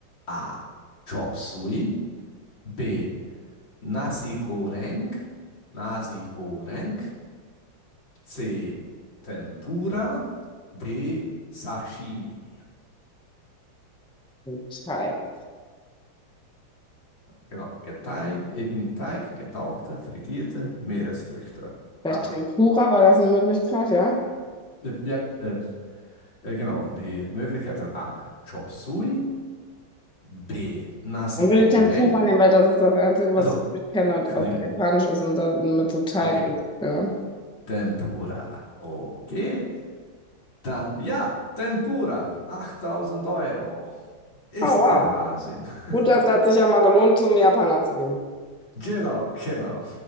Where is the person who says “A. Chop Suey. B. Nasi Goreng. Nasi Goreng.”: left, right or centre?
Left